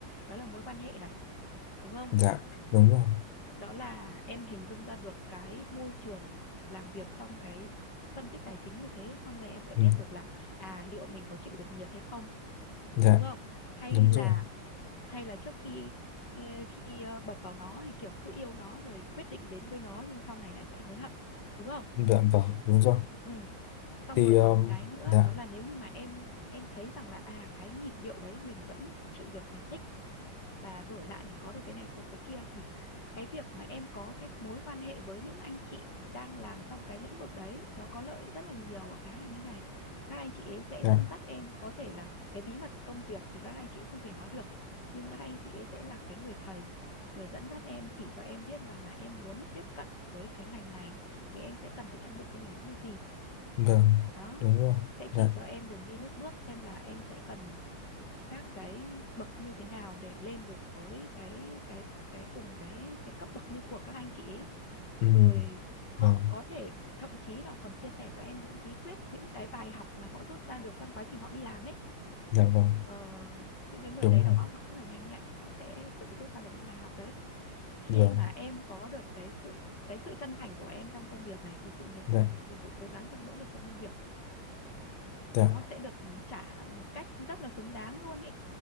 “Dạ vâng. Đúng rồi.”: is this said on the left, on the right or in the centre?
Left